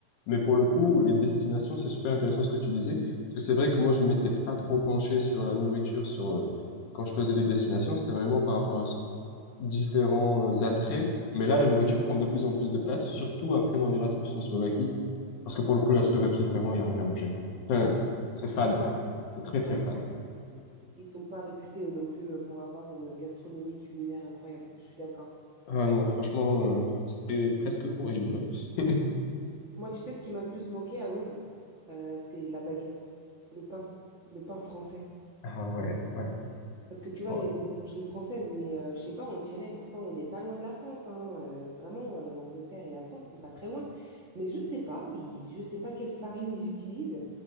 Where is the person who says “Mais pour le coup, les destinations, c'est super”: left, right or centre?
Left